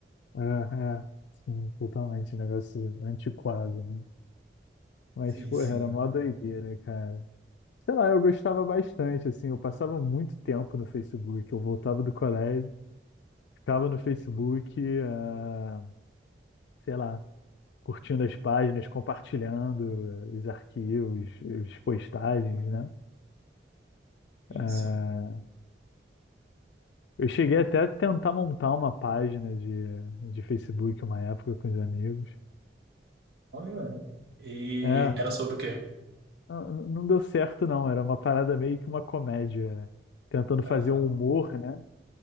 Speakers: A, on the left (about 85°); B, on the right (about 65°).
A: É, é, sim, totalmente, um negócio antiquado, né? Mas,
B: Sim,
A: porra,
B: sim,
A: era mó doideira, cara. Sei lá, eu gostava bastante, assim, eu passava muito tempo no Facebook, eu voltava do colégio, ficava no Facebook, ah, sei lá, curtindo as páginas, compartilhando os arquivos, as postagens, né?
B: sim,
A: Eh,
B: sim.
A: Eu cheguei até a tentar montar uma página de, de Facebook uma época com os amigos.
B: Olha. E
A: É,
B: era sobre o quê?
A: n- não deu certo não, era uma parada meio que uma comédia, tentando fazer
B: Aham,
A: um humor, né?